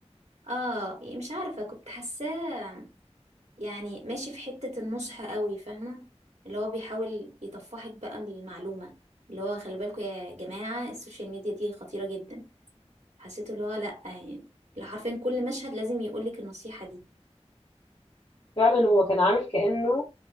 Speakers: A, on the right; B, on the left.
A: اه مش عارفة كنت حاساه يعني ماشي في حتة النصح قوي فاهمة اللي هو بيحاول يطفحك بقى المعلومة اللي هو خلي بالكم يا جماعة السوشيال ميديا دي خطيرة جدا حسيت اللي هو لأ يعني اللي حرفيا كل مشهد لازم يقولك النصيحة دي
B: فعلا هو كان عامل كانه